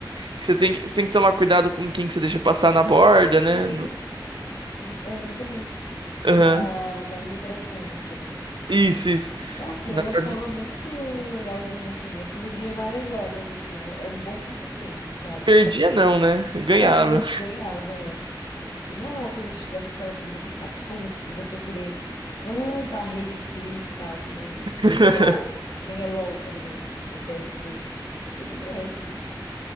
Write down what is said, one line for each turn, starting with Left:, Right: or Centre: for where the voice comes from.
Right: que Você tem que, você tem que tomar cuidado com quem que você deixa passar na borda, né?
Left: Uhum. É, exatamente.
Right: Aham.
Left: Na, na imigração, né? Digamos assim.
Right: Isso, isso.
Left: Nossa,
Right: Na
Left: eu
Right: verdade,
Left: achava muito legalzinho, assim. Eu perdia várias horas, assim. É um é um bom passatempo, sabe?
Right: perdia não, né? Ganhava.
Left: É, ganhava, é. E não é uma coisa estressante de você ficar puto, de você querer ah, dar rage quit e tal, que nem
Right: <laughs>
Left: é LOL, que nem é LOL, por exemplo, ou TFT. Eu fico doente.